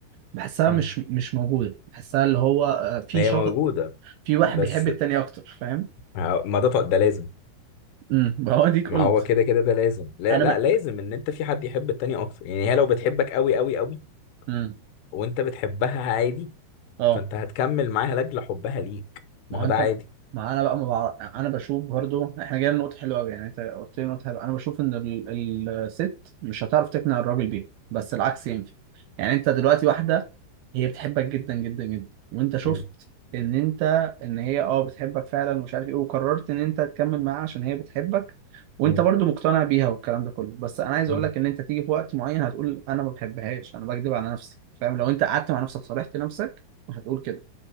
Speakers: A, on the right; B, on the left.
A: بحسها
B: امم
A: مش مش موجودة بحسها اللي هو آه، في
B: هي
A: شخص
B: موجوده
A: في واحد
B: بس
A: بيحب التاني أكتر فاهم؟
B: ه- ما ده ط- ده لازم
A: امم <laughs> هو ديك قلت
B: ما هو كده كده ده لازم لا
A: أنا
B: لا
A: ب...
B: لازم ان انت في حد يحب التاني اكتر يعني هي لو بتحبك قوي قوي قوي
A: امم
B: وانت بتحبها عادي
A: اه
B: فانت هتكمل معاها لاجل حبها ليك ما
A: ما
B: هو
A: هو
B: ده
A: انت
B: عادي
A: ما انا بقى ما بعرف انا بشوف برضو احنا جايين نقطة حلوة قوي يعني انت قلت لي نقطة حلوة انا بشوف ان ال... ال- الست مش هتعرف تقنع الراجل بيها بس العكس ينفع يعني انت دلوقتي واحدة هي بتحبك جدا جدا جدا وانت شفت
B: مم.
A: ان انت ان هي اه بتحبك فعلا ومش عارف ايه وقررت ان انت تكمل معاها عشان هي بتحبك وانت
B: مم.
A: برضو مقتنع بيها والكلام ده كله بس انا عايز
B: مم.
A: اقول لك ان انت تيجي في وقت معين هتقول انا ما بحبهاش انا بكذب على نفسي فاهم لو انت قعدت مع نفسك صالحت نفسك هتقول كده